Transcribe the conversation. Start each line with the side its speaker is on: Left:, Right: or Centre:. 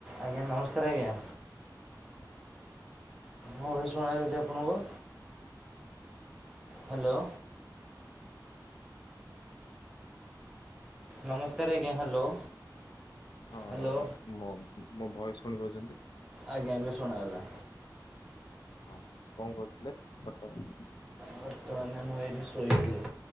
Centre: ଆଜ୍ଞା, ନମସ୍କାର ଆଜ୍ଞା। ମୋ ଭୟସ୍‌ ଶୁଣାଯାଉଛି ଆପଣଙ୍କୁ? ହ୍ୟାଲୋ। ନମସ୍କାର ଆଜ୍ଞା, ହ୍ୟାଲୋ।
Left: ହଁ-ଅ-ଅ,
Centre: ହ୍ୟାଲୋ
Left: ମୋ, ମୋ ଭଏସ୍‌ ଶୁଣିିପାରୁଛନ୍ତି?
Centre: ଆଜ୍ଞା, ଏବେ ଶୁଣାଗଲା।
Left: ହଁ, କଣ କରୁଥିଲେ ବର୍ତ୍ତମାନ?
Centre: ବର୍ତ୍ତମାନ ମୁଁ ଏଇଠି ଶୋଇଥିଲି,